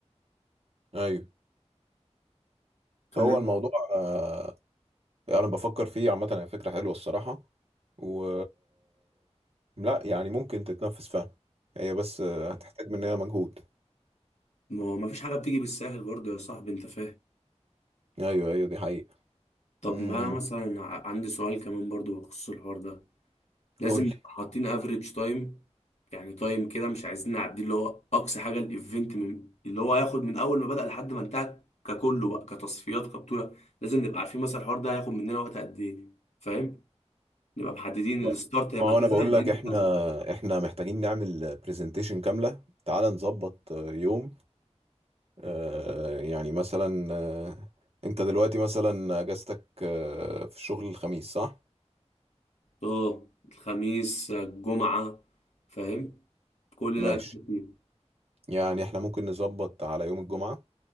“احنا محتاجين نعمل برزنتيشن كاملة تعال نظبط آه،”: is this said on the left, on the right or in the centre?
Right